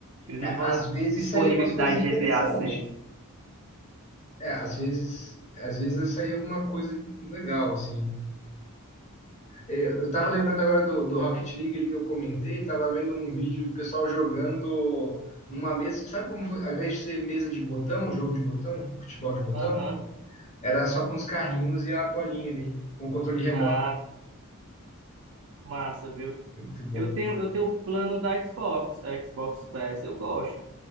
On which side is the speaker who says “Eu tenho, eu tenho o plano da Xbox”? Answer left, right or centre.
Right